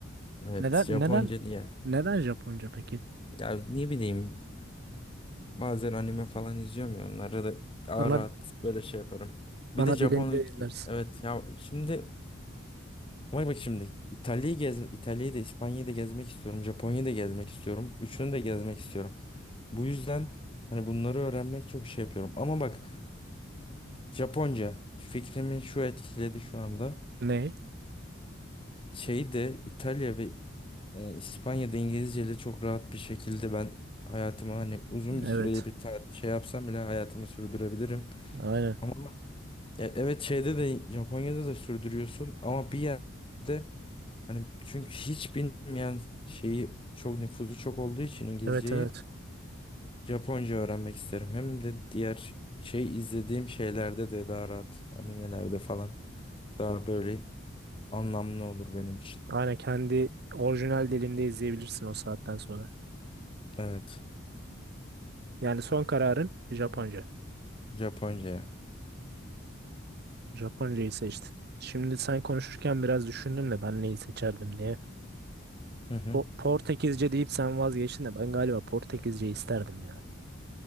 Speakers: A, on the left; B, on the right.
A: Evet,
B: Neden
A: Japonca
B: neden
A: diye.
B: neden Japonca peki?
A: Ya ne bileyim bazen anime falan izliyorum ya onları da daha
B: Ana
A: rahat böyle şey yaparım. Bir
B: ana
A: de Japon
B: dilinde izlersin.
A: evet ya şimdi bak bak şimdi İtalya'yı gez İtalya'yı da İspanya'yı da gezmek istiyorum. Japonya'yı da gezmek istiyorum. Üçünü de gezmek istiyorum. Bu yüzden hani bunları öğrenmek çok şey yapıyorum. Ama bak Japonca fikrimi şu etkiledi şu anda.
B: Ne?
A: Şeyi de İtalya ve E, İspanya'da İngilizceyle çok rahat bir şekilde ben hayatımı hani uzun bir
B: Evet.
A: süreli bir ta- şey yapsam bile hayatımı sürdürebilirim.
B: Aynen.
A: Ama ya evet şeyde de Japonya'da da sürdürüyorsun ama bir yerde hani çünkü hiç bilmeyen şeyi çok nüfuzu çok olduğu için İngilizceyi
B: Evet evet.
A: Japonca öğrenmek isterim. Hem de diğer şey izlediğim şeylerde de daha rahat animelerde falan daha böyle anlamlı olur benim için.
B: Aynen kendi orijinal dilinde izleyebilirsin o saatten sonra.
A: Evet
B: Yani son kararın Japonca.
A: Japonca'ya.
B: Japoncayı seçtin. Şimdi sen konuşurken biraz düşündüm de ben neyi seçerdim diye.
A: Hı hı.
B: Po- Portekizce deyip sen vazgeçtin de ben galiba Portekizce isterdim ya.